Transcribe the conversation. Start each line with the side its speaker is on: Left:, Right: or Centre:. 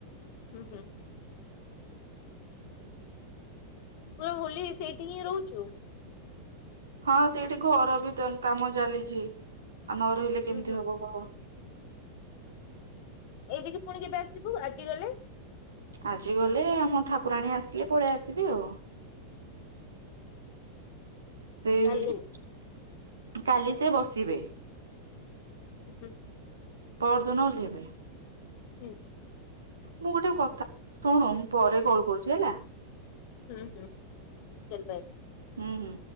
Left: ହୁଁ ହୁଁ। ପୁରା ହୋଲି ସେଇଟି ହିଁ ରହୁଚୁ?
Right: ହଁ ସେଇଟି ଘର ବି ଦେନ୍ କାମ ଚାଲିଚି ଆଉ ନ ରହିଲେ କେମିତି
Left: ହୁଁ ହୁଁ।
Right: ହବ କହ?
Left: ଏଇଟିକି ପୁଣି କେବେ ଆସିବୁ ଆଜି ଗଲେ?
Right: ଆଜି ଗଲେ ଆମ ଠାକୁରାଣୀ ଆସିଲେ ପଳେଇ ଆସିବି ଆଉ। ସେଇ
Left: କାଲି
Right: କାଲି ସିଏ ବସିବେ।
Left: ହୁଁ ହୁଁ।
Right: ପରଦିନ ଓହ୍ଲେଇବେ।
Left: ହୁଁ।
Right: ମୁଁ ଗୋଟେ କଥା ଶୁଣୁ ମୁଁ ପରେ କଲ୍ କରୁଚି ହେଲା।
Left: ହୁଁ ହୁଁ ଚାଲ ବାଏ।
Right: ହୁଁ ହୁଁ।